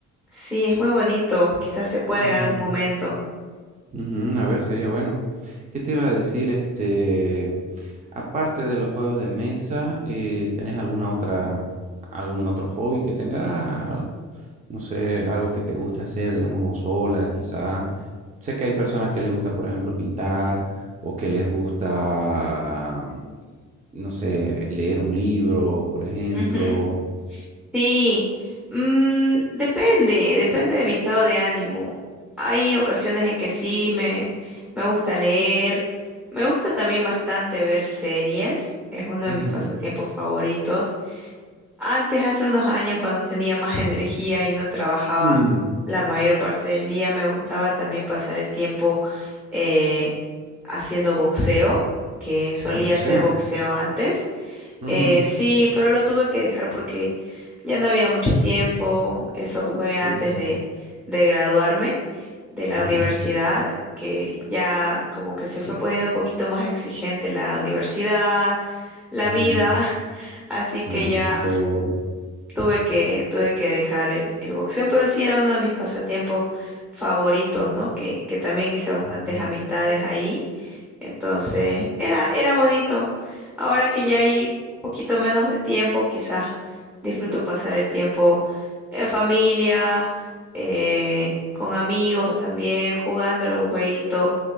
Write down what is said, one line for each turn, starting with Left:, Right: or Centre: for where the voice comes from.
Centre: Sí, es muy bonito, quizás se pueda
Right: Ujú,
Centre: en algún momento.
Right: ujú. A ver, sería bueno. ¿Qué te iba a decir? Este... Aparte de los juegos de mesa, eh, ¿tenés alguna otra, algún otro hobby que tengas? No sé, algo que te guste hacer, digamos, vos sola, quizá. Sé que hay personas que les gusta, por ejemplo, pintar o que les gusta, no sé, leer un libro, por ejemplo.
Centre: Ujú. Sí, mm, depende, depende de mi estado de ánimo. Hay ocasiones en que sí, me, me gusta leer, me gusta también bastante ver series, es uno de
Right: Ujú,
Centre: mis pasatiempos favoritos. Antes, hace unos años, cuando tenía más <laughs> energía y no trabajaba
Right: Mm,
Centre: la mayor parte del día, me gustaba también pasar el tiempo eh, haciendo boxeo, que solía
Right: Ah, boxeo.
Centre: hacer boxeo antes.
Right: ujú,
Centre: Eh, sí, pero lo tuve que dejar porque ya no había mucho tiempo. Eso fue antes
Right: Pucha.
Centre: de, de graduarme de la
Right: Ajá.
Centre: universidad, que ya como que se fue poniendo un poquito más exigente la universidad, la
Right: ujú,
Centre: vida. <laughs> Así que
Right: ah,
Centre: ya
Right: seguro.
Centre: tuve que, tuve que dejar el, el boxeo, pero sí era uno de mis pasatiempos favoritos, ¿no? Que, que también hice bastantes
Right: Ujú.
Centre: amistades ahí. Entonces, era, era bonito. Ahora que ya hay un poquito menos de tiempo, quizás disfruto pasar el tiempo en familia, eh, con amigos también, jugando algún jueguito